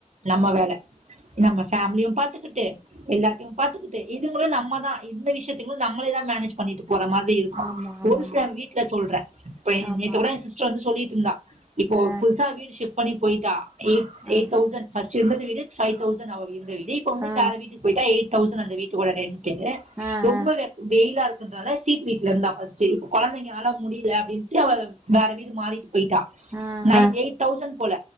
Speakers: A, on the right; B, on the right.
A: நம்ம வேல நம்ம ஃபேமிலியு பாத்துக்கிட்டு எல்லாத்தையு பாத்துக்கிட்டு இதுங்களு நம்மதா இந்த விஷயத்தங்களு நம்மளே தா மேனேஜ் பண்ணிட்டு போற மாரி இருக்கு
B: ஆமா ஆமாங்க
A: ஒரு சில வீட்டுல சொல்றே இப்ப
B: ஆமா
A: நேத்துகூட என் சிஸ்டர் வந்து சொல்லிட்டு இருந்தா இப்போ
B: ஆ
A: புதுசா வீடு ஷிபிட் பண்ணி போயிட்டா எய் எய்ட்
B: ஆ
A: தவுசண்ட் ச இருந்தது வீடு பைவ் தௌசண்ட் அவ இருந்த வீடு இப்ப வந்து
B: ஆ
A: வேற வீட்டுக்கு போயிட்டா எய் தௌசண்ட் வீட்டு ஓட ரெண்ட்டு
B: ஆ
A: ரொம்ப
B: ஆ
A: வெக் வெயிலா இருக்குன்றால சீட்டு வீட்டுல இருந்தா ஃபர்ஸ்ட் இப் கொழந்தைங்கனால முடியல அப்படின் ட்டு அவ வேற வீடு மாறிட்டு போயிட்டா
B: ஆ
A: நைன்
B: ஆ
A: எயிட் தௌசண்ட் போல